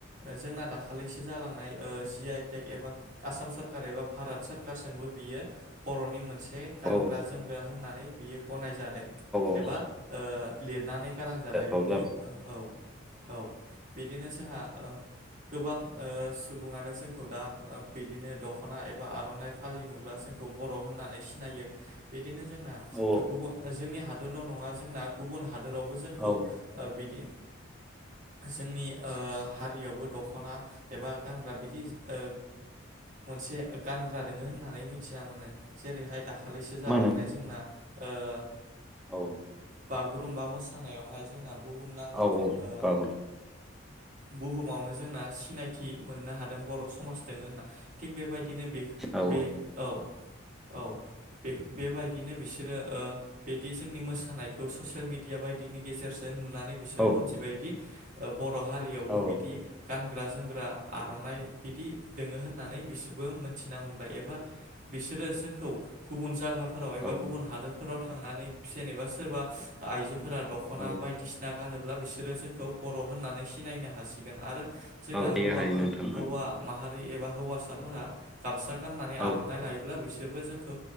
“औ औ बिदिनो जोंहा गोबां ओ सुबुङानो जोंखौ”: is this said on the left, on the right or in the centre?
Right